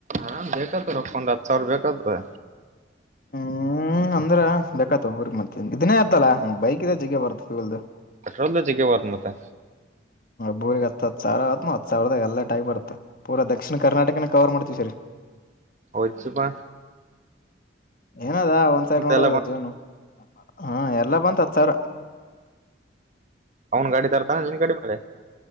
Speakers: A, on the right; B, on the left.
A: ಆರಾಮ್ ಬೇಕತ್ ರೊಕ್ಕ ಒಂದ ಹತ್ತು ಸಾವರು ಬೇಕತ.
B: ಹ್ಮ್, ಅಂದ್ರ ಬೇಕಾತಾದ ಬಿಡು ಮತ್ತ ಇದನ್ನೇ ಆತಲ್ಲ ಬೈಕ ಇದ್ರ ಜಗ್ಗೆ ಬರುತ್ತ ಬಿಡು.
A: ಪೆಟ್ರೋಲ್ದ ಜಗ್ಗೆ ಬರತಾ ಮತ್ತ-
B: ಬೋರ್ಗ್ ಹತ್ ಸಾವಿರ ಆತ ಹತ್ತ ಸಾವಿರದಾಗ ಎಲ್ಲಾಟ ಆಗಿಬರ್ತದ. ಪುರ ದಕ್ಷಿಣ ಕರ್ನಾಟಕನ ಕವರ್ ಮಾಡ್ತೀವಿ ಸರಿ <unintelligible>
A: ಒಚ್ಚುಪಾ <inaudible>
B: ಏನಾದ ಒಂದ್ಸಾರಿ ನೋಡೋದ
A: ಎಲ್ಲ ಬಂತ
B: ಜೀವನ. ಹಾ, ಎಲ್ಲಾ ಬಂತ ಹತ್ತ ಸಾವಿರ.
A: ಅವನ್ ಗಾಡಿ ತರ್ತಾನ ನಿನ್ ಗಾಡಿ ಮೇಲೆ